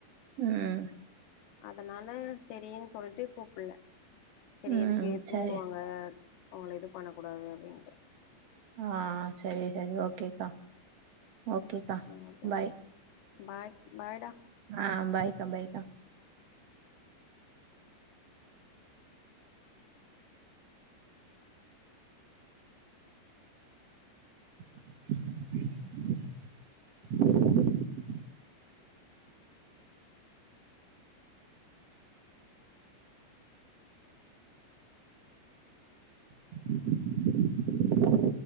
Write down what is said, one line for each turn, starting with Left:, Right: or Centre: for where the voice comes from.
Right: <unintelligible>
Left: அதனால செரின் சொல்ட்டு கூப்புல செரி
Right: ம்
Left: எதுக்கு தூங்குவாங்க
Right: சரி
Left: உங்கள இது பண்ண கூடாது அப்டின்ட்டு
Right: ஆ சரி சரி ஓகேக்கா ஓகேக்கா
Left: அதா
Right: பாய்
Left: பாய் பாய்டா
Right: ஆம் பாய்க்கா பாய்க்கா <unintelligible> <unintelligible>